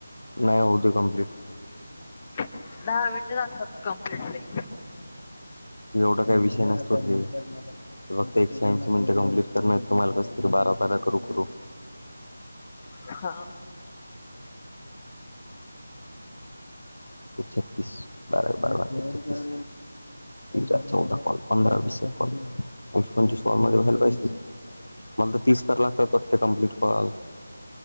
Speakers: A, on the left (about 70°); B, on the left (about 20°).
A: नाही होऊ दे कम्प्लीट.
B: दहा मिनटे असतात कंप्लिटली.
A: एवढा काही विषय नसतो ते. ते फक्त एकशे ऐंशी मिनटं कंप्लीट करण आहेत तुम्हाला. कस तरी बारा बारा करू करू.
B: हा
A: छत्तीस बारा बारा छतीस त चौदा कॉल पंधरा विस कॉल व पंचवीस कॉल मध्ये व्हायला पाहिजे ते. मला तर तीस तर लागतात वाटते कमप्लीट व्हायला.